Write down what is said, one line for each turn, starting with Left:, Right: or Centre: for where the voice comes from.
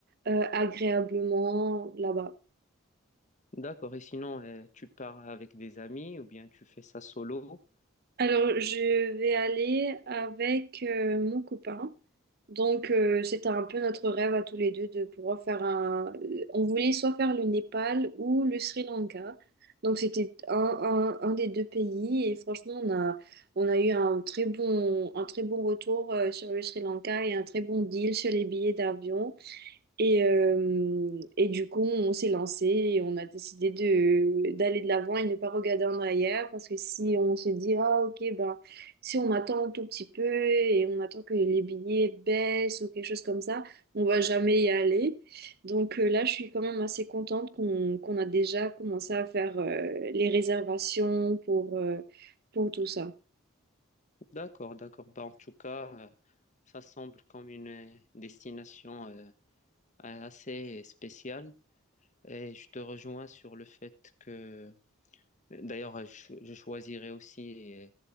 Right: euh, agréablement là-bas.
Left: D'accord. Et sinon, euh, tu pars avec des amis ou bien tu fais ça solo?
Right: Alors, je vais aller avec euh, mon copain. Donc, euh, c'était un peu notre rêve à tous les deux de pouvoir faire un... euh, On voulait soit faire le Népal ou le Sri Lanka. Donc, c'était un, un, un des deux pays et franchement, on a, on a eu un très bon, un très bon retour euh, sur le Sri Lanka et un très bon deal sur les billets d'avion. Et, euh, et du coup, on s'est lancé et on a décidé de d'aller de l'avant et ne pas regarder en arrière parce que si on se dit, ah ok, ben, si on attend un tout petit peu et on attend que les billets baissent ou quelque chose comme ça, on va jamais y aller. Donc euh, là, je suis quand même assez contente qu'on qu'on a déjà commencé à faire euh, les réservations pour, euh, pour tout ça.
Left: D'accord, d'accord. Bah, en tout cas, euh, ça semble comme une euh, destination euh, assez spécial. Et je te rejoins sur le fait que, d'ailleurs, je, je choisirais aussi euh,